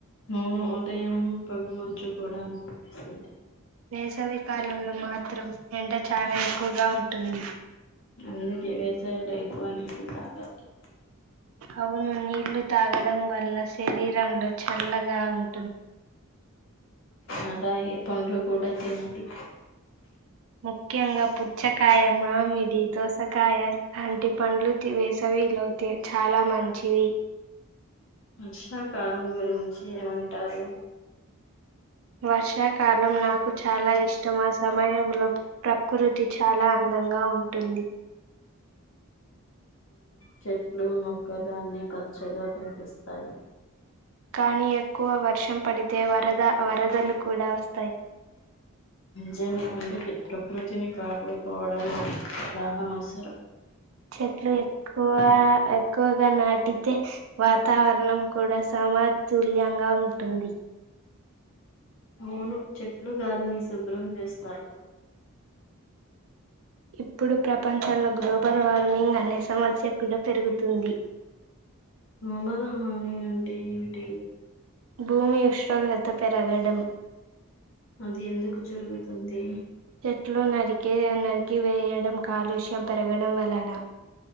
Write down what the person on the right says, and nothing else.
వేసవి కాలంలో మాత్రం ఎండ చాలా ఎక్కువగా ఉంటుంది
అవును నీళ్లు తాగడం వల్ల శరీరంలో చల్లగా ఉన్
ముఖ్యంగా పుచ్చకాయ మామిడి దోసకాయ లాంటి పండ్లు వేసవిలో చాలా మంచివి
వర్షాకాలం నాకు చాలా ఇష్టం ఆ సమయంలో ప్రకృతి చాలా అందంగా ఉంటుంది
కానీ ఎక్కువ వర్షం పడితే వరద వరదలు కూడా వస్
చెట్లు ఎక్కువ ఎక్కువ నాటి వాతావరణం కూడా సమతుల్యంగా ఉంటుంది
ఇప్పుడు ప్రపంచంలో గ్లోబల్ వార్మింగ్ అనే సంవత్సరం చక్కడ తిరుగుతుంది.
భూమి ఇష్టగత పెరగడం
చెట్లు నరికే నరికివేయడం కాలుష్యం పెరగడం వలన